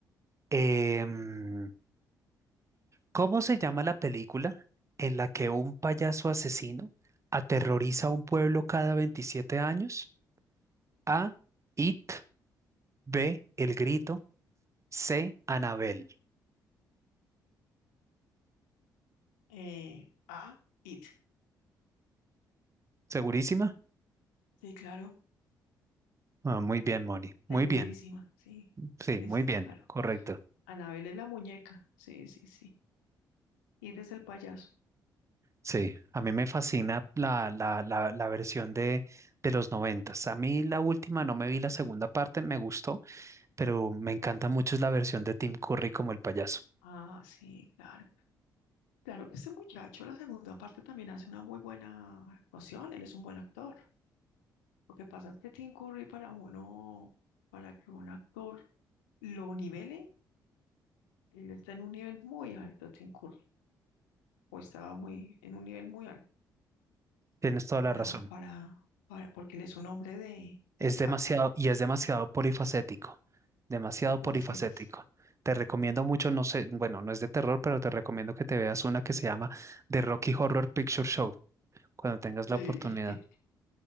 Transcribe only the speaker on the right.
Em, ¿cómo se llama la película en la que un payaso asesino aterroriza a un pueblo cada 27 años? A. It. B. El Grito. C. Anabel.
¿Segurísima?
Ah, muy bien, Moni. Muy
bien.
Sí,
muy
bien.
Correcto.
Sí, a mí me fascina la, la, la, la versión de, de los noventas. A mí la última no me vi la segunda parte, me gustó pero me encanta mucho es la versión de Tim Curry como el payaso.
Tienes toda
la razón.
Es
demasiado y es demasiado polifacético, demasiado
polifacético.
Te recomiendo mucho, no sé, bueno, no es de terror, pero te recomiendo que te veas una que se llama The Rocky Horror Picture Show cuando tengas
la oportunidad.